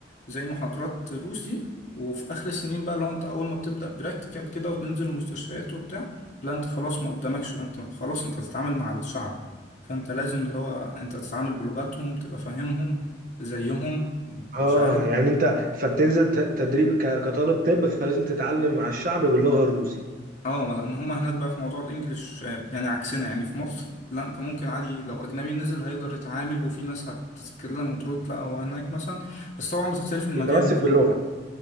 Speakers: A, on the left; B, on the right.
A: زي محاضرات روسي وفي اخر السنين بقى لو انت اول ما بتبدا براكتيكال كده وتنزل المستشفيات وبتاع لا انت خلاص ما قدامكش بقى، انت خلاص انت هتتعامل مع الشعب فانت لازم اللي هو انت تتعامل بلغتهم تبقى فاهمهم زيهم
B: اه
A: مشاعرهم
B: يعني انت فبتنزل ت- تدريب ك- كطالب طب فلازم تتعلم مع الشعب باللغه الروسي
A: اه لان هم هناك بقى في موضوع الانجليش آه، يعني عكسنا يعني في مصر لا انت ممكن عادي لو اجنبي نزل هيقدر يتعامل وفي ناس هتتكلم وترد لا هو هناك مثلا بس طبعا بتختلف من
B: متمسك
A: مدينه لمدينه
B: باللغه